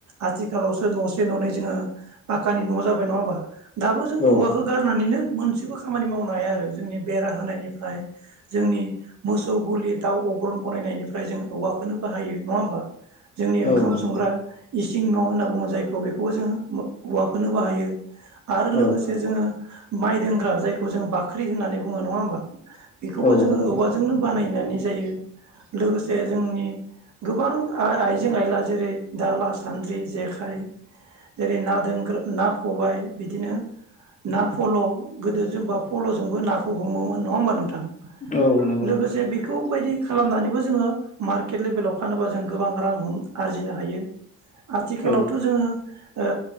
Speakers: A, on the right; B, on the left.
A: आथिखालावसो न'से न'नै जोङो पक्कानि न' जाबाय नङा होमबा? दाबो जों
B: औ
A: औवाखौ गारनानैनो मोनसेबो खामानि मावनो हाया आरो जोंनि बेरा होनायनिफ्राय जोंनि मोसौ गलि दाउ अग्रन बनायनायनिफ्राय जों औवाखौनो बाहायो नङा होमबा जोंनि ओंखाम
B: औ नंगौ
A: संग्रा इसिं न' होनना बुङो जायखौ बेखौबो जोङो हौवाखौनो बाहायो। आरो लोगोसे
B: औ
A: जोङो माइ दोनग्रा जायखौ जों बाख्रि होननानै बुङो नङा होमबा? बेखौबो
B: औ
A: जोङो
B: नंगौ नोंथां
A: औवाजोंनो बानायनानै जायो लोगोसे जोंनि गोबां आइजें आ -आइला जेरै दाला'सान्द्रि, जेखाइ जेरै ना दोंनग्रा ना खबाय बिदिनो ना फल' गोदो जेनबा फल'जोंबो नाखौ हमोमोन नङा होमबा नों थां
B: औ नंगौ
A: लोगोसे
B: नोंथां
A: बेखौबायदि खालामनानैबो जोङो मार्केट लेभेलाव फानोबा जों गोबां रां हम आरजिनो हायो आथिखालावथ'
B: औ
A: जोङो ओ